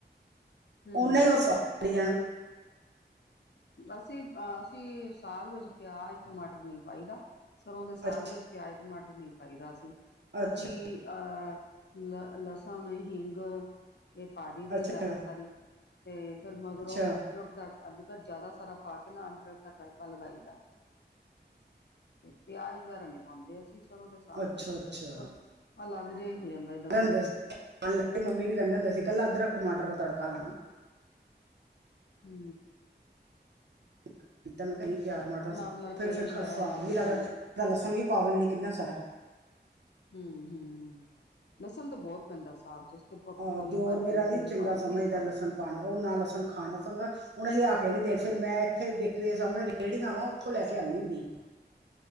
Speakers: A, on the left; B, on the right.
A: ਹੂੰ-
B: ਉਹਨਾਂ
A: ਹੂੰ
B: ਹੀ ਉਹ ਸਾੜੀ ਜਾਣਾ
A: ਅਸੀਂ- ਅਸੀਂ ਸਾਗ ਵਿੱਚ ਪਿਆਜ, ਟਮਾਟਰ ਨਹੀਂ ਪਾਈਦਾ ਸਰੋਂ ਦੇ ਸਾਗ
B: ਅੱਛਾ
A: ਵਿੱਚ ਪਿਆਜ ਟਮਾਟਰ ਨਹੀਂ ਪਾਈਦਾ ਅਸੀਂ-ਅਸੀਂ
B: ਅੱਛਾ
A: ਅਹ ਲ ਲਸਣ, ਹਿੰਗ ਇਹ ਪਾ ਦਈ ਦੀ
B: ਅੱਛਾ
A: ਆ ਜ਼ਿਆਦਾ ਸਾਰੀ। ਤੇ ਫਿਰ ਮਗਰੋਂ
B: ਅੱਛਾ
A: ਅਦਰਕ ਦਾ ਅਦਕਰ ਜ਼ਿਆਦਾ ਸਾਰਾ ਪਾ ਕੇ ਨਾ ਅਦਰਕ ਦਾ ਤੜਕਾ ਲਗਾਈ ਦਾ। ਪਿਆਜ ਵਗੈਰਾ ਨੀ ਪਾਉਂਦੇ ਅਸੀਂ। ਸਰੋਂ ਦੇ ਸਾਗ
B: ਅੱਛਾ
A: 'ਚ ਉਹ
B: ਅੱਛਾ
A: ਟੇਸਟ ਫਿਰ ਅਲੱਗ ਜਿਹਾ ਹੀ ਹੋ ਜਾਂਦਾ। ਜਿੱਦਾਂ ਸਬਜ਼ੀ
B: ਮੰਮੀ ਵੀ ਕਹਿੰਦੇ ਹੁੰਦੇ ਸੀ ਇਕੱਲਾ ਅਦਰਕ, ਟਮਾਟਰ ਦਾ ਤੜਕਾ ਲਾਣਾ।
A: ਹੂ
B: <inaudible> ਤੇ ਮੈਂ ਕਹਿਨੀ ਪਿਆਜ਼, ਟਮਾਟਰ
A: ਆਪਣਾ
B: ਫਿਰ
A: ਟੇਸਟ
B: ਫਿਰ ਖ
A: ਹੈ
B: ਸਵਾਦ ਵੀ
A: ਜਿੱਦਾਂ
B: ਲੱਗਦਾ,
A: ਜਿੱਦਾਂ
B: ਲਸਣ ਵੀ ਪਾ ਦਿੰਦੀ ਕਿੰਨਾ ਸਾਰਾ।
A: ਹੂ ਹੂ ਲਸਣ ਤਾਂ ਬਹੁਤ ਪੈਂਦਾ ਸਾਗ 'ਚ। ਅਸੀ ਤੇ ਭ
B: ਅਹ
A: ਕਟੋਰੀ
B: ਦਿਓਰ
A: ਭਰ
B: ਮੇਰਾ
A: ਕੇ ਲਸਣ
B: ਨੀ ਚੰਗਾ
A: ਦੀ ਪਾ ਦੇਈਦੀ
B: ਸਮਝਦਾ
A: ਆ ਸਾਗ'ਚ।
B: ਲਸਣ ਪਾਣਾ, ਉਹ ਨਾ ਲਸਣ ਖਾਣਾ ਚੰਗਾ ਉਹਨੇ ਲਿਆ ਕੇ ਨੀ ਦਿਆ, ਫਿਰ ਮੈਂ ਇੱਥੇ ਬੇਕਰੀ ਦੇ ਸਾਹਮਣੇ ਰੇੜੀਆਂ ਵਾ, ਉੱਥੋਂ ਲੈ ਕੇ ਆਉਣੀ ਹੁੰਨੀ ਆ।